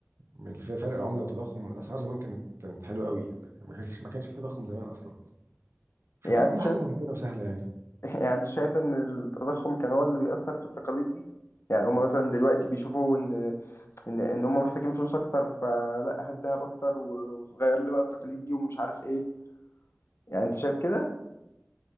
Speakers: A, on the right; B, on the left.
A: من ف- فرق العمله والتضخم الاسعار زمان كانت كانت حلوه قوي ما كانش ما كانش في تضخم زمان اصلا فكان
B: يعني انت
A: كل
B: شايف
A: حاجه ممكنه وسهله يعني
B: <laughs> يعني انت شايف ان التضخم كان هو اللي بيأثر في التقاليد دي يعني هما مثلا دلوقتي بيشوفوا ان ان ان هما محتاجين فلوس اكتر فلا هات دهب اكتر و- وغير لي بقى التقاليد دي ومش عارف ايه يعني انت شايف كده